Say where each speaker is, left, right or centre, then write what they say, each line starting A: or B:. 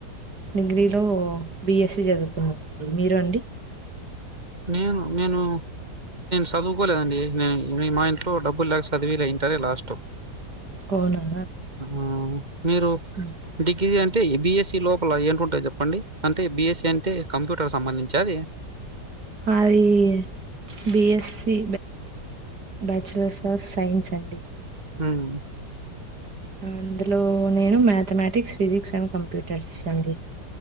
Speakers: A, on the right; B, on the right.
A: డిగ్రీలో బిఎస్సి చదువుకున్నానండి. మీరు అండి?
B: నేను నేను చదువుకోలేదండి ఏంటిని ఇ మా ఇంట్లో డబ్బు లేక చదివీయలే ఇంటర్ ఏ లాస్ట్.
A: అవునా
B: ఆ మీరు
A: హ్మ్.
B: డిగ్రీ అంటే బిఎస్సి లోపల ఏంటివి ఉంటాయి చెప్పండి అంటే బిఎస్సి అంటే కంప్యూటర్కి సంబంధించా అది.
A: అది B Sc, bachelors of science అండి.
B: మ్
A: అందులో నేను మ్యాథమెటిక్స్, ఫిజిక్స్ అండ్ కంప్యూటర్స్ అండి.